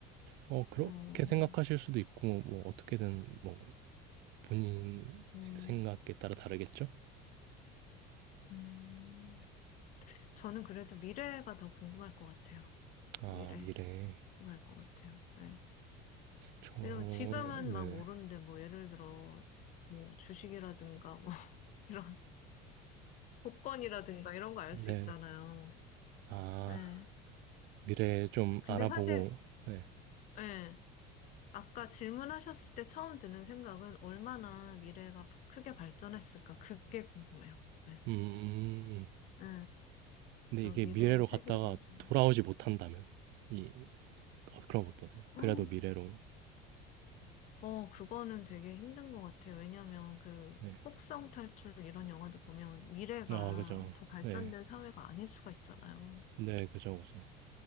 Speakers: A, on the right; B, on the left.
A: 어, 그렇게
B: 어,
A: 생각하실 수도 있고, 뭐, 어떻게든, 뭐, 본인의
B: 음,
A: 생각에 따라 다르겠죠?
B: 음. 저는 그래도 미래가 더 궁금할 것 같아요.
A: 아,
B: 미래,
A: 미래.
B: 궁금할 것 같아요. 예.
A: 저,
B: 이면 지금은
A: 네네.
B: 막 모르는데, 뭐 예를 들어, 뭐 주식이라든가, 뭐 <laughs> 이런, 복권이라든가 이런 거 알
A: 네.
B: 수 있잖아요.
A: 아,
B: 예.
A: 미래 좀
B: 근데
A: 알아보고,
B: 사실,
A: 네.
B: 예. 아까 질문하셨을 때 처음 드는 생각은 얼마나 미래가 크게 발전했을까? 그게 궁금해요. 네.
A: 음, 음, 음.
B: 네.
A: 근데
B: 그
A: 이게
B: 미래의
A: 미래로
B: 세계를
A: 갔다가
B: 좀.
A: 돌아오지 못한다면, 이, 어, 그럼 어떠세요? 그래도
B: 음,
A: 미래로,
B: 어, 그거는 되게 힘든 것 같아요. 왜냐면 그
A: 네.
B: 혹성 탈출 이런 영화도 보면 미래가
A: 아, 그죠.
B: 더 발전된
A: 네.
B: 사회가 아닐 수가 있잖아요.
A: 네, 그죠, 그죠.